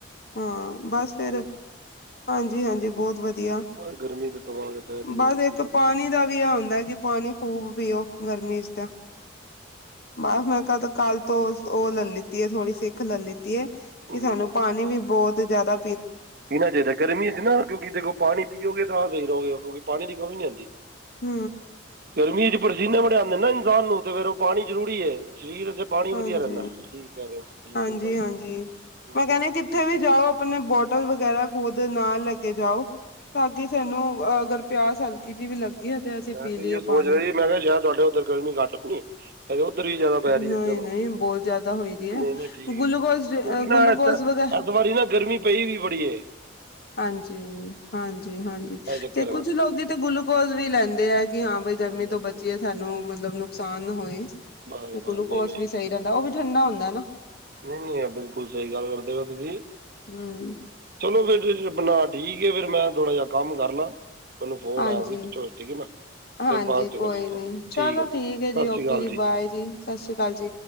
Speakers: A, on the left; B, on the right.
A: ਹਾਂ ਬਸ ਫਿਰ ਹਾਂਜੀ ਹਾਂਜੀ ਬਹੁਤ ਵਧੀਆ।
B: ਬਸ ਗਰਮੀ ਤਾਂ ਤਬਾਹ ਕੇ ਪੈ ਰਹੀ
A: ਬਸ
B: ਹੈ ਹੁਣ
A: ਇੱਕ
B: ਕੀ ਕਰ
A: ਪਾਣੀ ਦਾ ਵੀ ਆ ਹੁੰਦਾ ਹੈ, ਕਿ ਪਾਣੀ ਖ਼ੂਬ ਪੀਓ, ਗਰਮੀ ਚ ਤਾਂ ਬਸ ਮੈਂ ਕ ਕੱਲ ਤੋਂ ਔ ਲੈ ਲਤੀ ਹੈ, ਥੋੜੀ ਸਿੱਖ ਲੈ ਲਿੱਤੀ ਹੈ, ਕਿ
B: ਹੂੰ
A: ਸਾਨੂੰ ਪਾਣੀ ਵੀ ਬਹੁਤ ਜਿਆਦਾ
B: ਪੀਣਾ ਚਾਹੀਦਾ ਗਰਮੀ ਚ ਨਾ ਕਿਉਂਕਿ ਦੇਖੋ ਪਾਣੀ ਪੀਓਗੇ ਤਾਂ ਆਹ ਸਹੀ ਰਹੋਗੇ, ਕਿਉਂਕਿ ਪਾਣੀ ਦੀ ਕਮੀ ਨਹੀਂ ਆਂਦੀ।
A: ਹੂ
B: ਗਰਮੀ ਚ ਪਸੀਨੇ ਬੜੇ ਆਉਂਦੇ ਨਾ ਇਨਸਾਨ ਨੂੰ, ਤੇ ਫੇਰ ਉਹ ਪਾਣੀ ਜ਼ਰੂਰੀ ਹੈ। ਸਰੀਰ ਚ ਪਾਣੀ
A: ਹਾਂਜੀ,
B: ਵਧੀਆ ਰਹਿੰਦਾ। ਕੀ ਕਹਿ ਰਹੇ ਹੋ ਬਿਲਕੁਲ
A: ਹਾਂਜੀ,
B: ਭਾਈ
A: ਹਾਂਜੀ।
B: ਹੂੰ
A: ਮੈਂ ਕਹਿੰਦੀ ਕਿੱਥੇ ਵੀ ਜਾਓ ਆਪਨੀ, ਬੋਟ ਟਲ ਵਗੈਰਾ ਖੁਦ ਨਾਲ ਲੈ ਕੇ ਜਾਓ, ਤਾਂ ਕਿ ਸਾਨੂੰ ਅਗਰ ਪਿਆਸ ਹਲਕੀ ਜਿਹੀ ਵੀ ਲੱਗੀ ਹੈ ਅਸੀਂ
B: ਮੈਂ
A: ਪੀ
B: ਤੇ
A: ਲਈਏ
B: ਸੋਚ
A: ਪਾਣੀ।
B: ਰਇਹਾ, ਮੈਂ ਕਿਹਾ ਸ਼ਾਇਦ ਤੁਹਾਡੇ ਉਧਰ ਗਰਮੀ ਘੱਟ ਹੋਣੀ ਏ, ਉਧਰ ਵੀ ਜਿਆਦਾ ਪੈ
A: ਨਹੀਂ,
B: ਰਈ ਏ, ਚਲੋ
A: ਨਹੀਂ ਬਹੁਤ ਜ਼ਿਆਦਾ ਹੋਈ ਦੀ ਹੈ
B: ਇਥ ਨਹੀਂ ਨਹੀਂ ਠੀਕ
A: ਗਲੂਕੋਜ਼
B: ਏ ਠੀਕ ਹੈ ਨਾ
A: ਗਲੂਕੋਜ਼ ਵਗੈਰਾ
B: ਇ ਬਾਰੀ ਨਾ ਗਰਮੀ ਪਈ ਵੀ ਬੜੀ ਏ।
A: ਹਾਂਜੀ, ਹਾਂਜੀ, ਹਾਂਜੀ
B: ਇਹ ਚੱਕਰ
A: ਤੇ
B: ਹੈਗਾ
A: ਕੁੱਝ ਲੋਕ ਤੇ ਗਲੂਕੋਜ ਵੀ ਲੈਂਦੇ ਆ ਕਿ, ਹਾਂ ਬਈ ਗਰਮੀ
B: ਹਾਂਜੀ ਹਾਂਜੀ
A: ਤੋਂ ਬਚੀਏ
B: ਹਾਂਜੀ
A: ਸਾਨੂੰ, ਮਤਲਬ ਨੁਕਸਾਨ ਨਾ ਹੋਏ। ਤੇ
B: ਬਸ ਬਸ
A: ਗਲੂਕੋਸ
B: ਨਹੀਂ ਨਹੀਂ
A: ਵੀ ਸਈ ਰਹਿੰਦਾ, ਓ ਵੀ ਠੰਡਾ ਹੁੰਦੈ ਨਾ।
B: ਨਹੀਂ ਨਹੀਂ ਯ ਬਿਲਕੁਲ ਸਹੀ ਗੱਲ ਕਰਦੇ ਤੁਸੀਂ,
A: ਹੂੰ,
B: ਚਲੋ ਫਿਰ ਫ ਬਣਾ ਠੀਕ ਏ ਫੇਰ ਮੈਂ ਥੋੜਾ ਜਿਹਾ ਕੰਮ ਕਰ ਲਾ, ਮੈਨੂੰ ਫੋਨ
A: ਹਾਂਜੀ।
B: ਆਇਆ ਸੀ ਵਿੱਚੋ ਠੀਕ ਹੈ ਨਾ। ਫਿਰ
A: ਹਾਂਜੀ
B: ਬਾਅਦ ਚ
A: ਕੋਈ
B: ਕਰ
A: ਨੀ ਚਲੋ
B: ਠੀਕ ਹੈ, ਜੀ ਸਤਿ
A: ਓਕੇ
B: ਸ੍ਰੀ ਅਕਾਲ ਜੀ।
A: ਬਾਏ ਸਤਿ ਸ੍ਰੀ ਅਕਾਲ ਜੀ